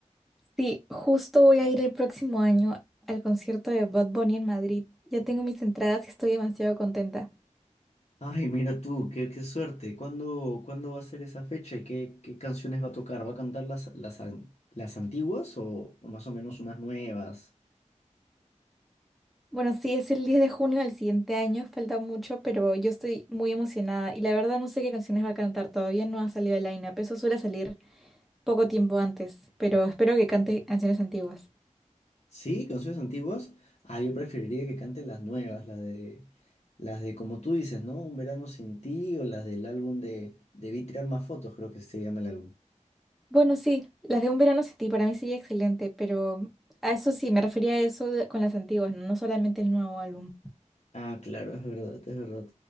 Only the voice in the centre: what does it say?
Sí, justo voy a ir el próximo año al concierto de Bud Bunny en Madrid. Ya tengo mis entradas y estoy demasiado contenta.
Bueno, sí, es el 10 de junio del siguiente año, falta mucho, pero yo estoy muy emocionada y la verdad no sé qué canciones va a cantar, todavía no ha salido el line-up, eso suele salir poco tiempo antes, pero espero que cante canciones antiguas.
Bueno, sí, las de Un verano sin ti para mí sería excelente, pero a eso sí, me refería a eso de- con las antiguas, no No solamente el nuevo álbum.